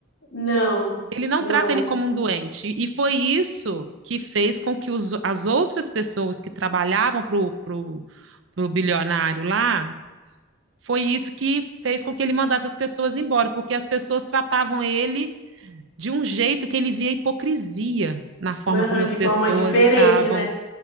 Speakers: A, on the left (about 65°); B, on the right (about 65°).
A: Não,
B: Ele não
A: não.
B: trata ele como um doente. E foi isso que fez com que os, as outras pessoas que trabalhavam pro, pro, pro bilionário lá, foi isso que fez com que ele mandasse as pessoas embora, porque as pessoas tratavam ele de um jeito que ele via hipocrisia na forma
A: Aham,
B: como as
A: De
B: pessoas
A: forma diferente,
B: estavam
A: né?